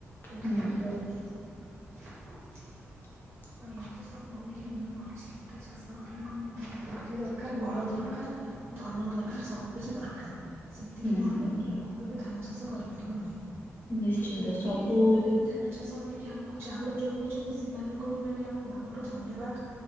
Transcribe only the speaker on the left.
ହୁଁ
<inaudible>
ହୁଁ
ନିଶ୍ଚିନ୍ତ
ସବୁ